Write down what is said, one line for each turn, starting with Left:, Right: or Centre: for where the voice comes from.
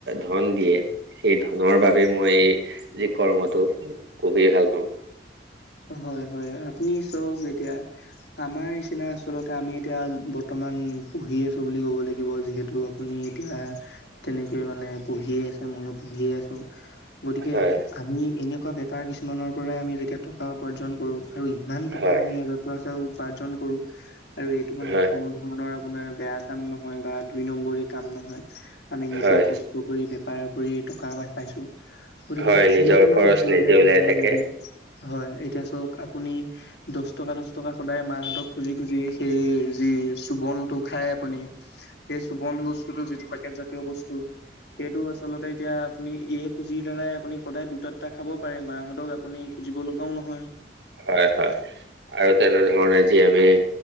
Right: ধন দিয়ে সেই ধনৰ বাবে মই যি কৰ্মটো খুবেই ভাল পাওঁ।
Left: হয়-হয় আপুনি চওক এতিয়া আমাৰ নিচিনা আচলতে আমি এতিয়া বৰ্তমান পঢ়িআছোঁ বুলি ক'ব লাগিব যিহেতু শুনি এতিয়া তেনেকৈ মানে পঢ়িয়ে আছে, ময়ো পঢ়িয়ে আছো গতিকে
Right: হয়
Left: আমি এনেকুৱা বে পা কিছুমানৰ পৰাই আমি যেতিয়া টকা উপাৰ্জন কৰোঁ আৰু ইমান টকা
Right: হয়
Left: আমি <unintelligible> পইছা উপাৰ্জন কৰো আৰু এইটো মানে
Right: হয়
Left: কোনো ধ মনৰ আপোনাৰ বেয়া কাম নহয় বা দুই নম্বৰি কাম নহয় আমি নিজে
Right: হয়
Left: ক ইটো কৰি বেপাৰ কৰি টকা এবাৰ আপুনি পাইছোঁ। গতিকে
Right: হয়
Left: কিমান
Right: নিজৰ
Left: মানে
Right: খৰচ
Left: আচলতে
Right: নিজে ওলাই
Left: আনন্দ
Right: থাকে
Left: লাগে হয় এতিয়া ছাওক আপুনি দচ টকা -দচ টকা সদায় মাহঁতক খুজি -খুজি সেই যি চুবম টো খাই আপুনি সেই চুমবস্তুটো যিটো পেকেটত প্ৰিয় বস্তু সেইটো আচলতে এতিয়া আ আপুনি ইয়ে পুঁজিৰ দ্বাৰাই আপুনি সদায় দুটা-দুটা খাব পাৰে মাহঁতক আপুনি খুজিব লগাও নহয়।
Right: হয় -হয় আৰু তেনেধৰণে যি আমি